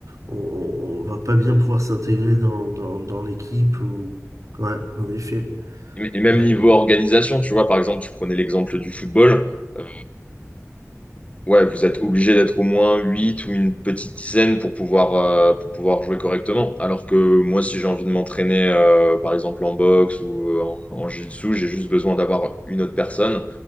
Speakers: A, on the right; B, on the left.
A: on, on- on va pas bien pouvoir s'intégrer dans, dans, dans l'équipe, ou... Ouais, en effet.
B: Et et même
A: Euh,
B: niveau organisation, tu vois, par exemple, tu prenais l'exemple du football. euh, Ouais, vous êtes obligé d'être au moins 8 ou une petite dizaine pour pouvoir, euh, pour pouvoir jouer correctement. Alors que moi, si j'ai envie de m'entraîner, euh, par exemple en boxe ou euh, en, en jiu-jitsu, j'ai juste besoin d'avoir une autre personne.